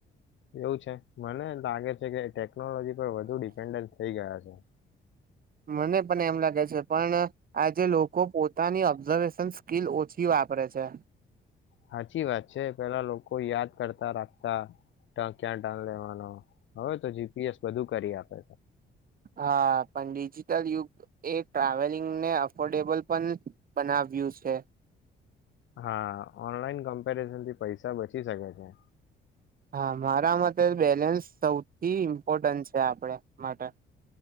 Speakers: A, on the left; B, on the right.
A: એવું છે મને લાગે છે કેટ ટેકનોલોજી પર વધુ ડિપેન્ડન્ટ થઈ ગયા છે
B: મને પણ એમ લાગે છે પણ આજે લોકો પોતાની સબઝર્વેશન સ્કીલ ઓછી વાપરે છે.
A: હાચી વાત છે પેહલા લોકો યાદ કરતા રાખતા તા ક્યાં ટન લેવાનો હવે તો જી પી એસ બધું કરી આપે.
B: હા પણ ડિજિટલ યુગ એ ટ્રાવેલિંગને અફોર્ડેબલ પણ બનાવ્યું છે.
A: હા ઓનલાઈન કમ્પેરિઝનથી પૈસા બચી શકે છે.
B: હા મારા માટે બેલેન્સ સૌથી ઇમ્પોર્ટન્ટ છે આપડે માટે.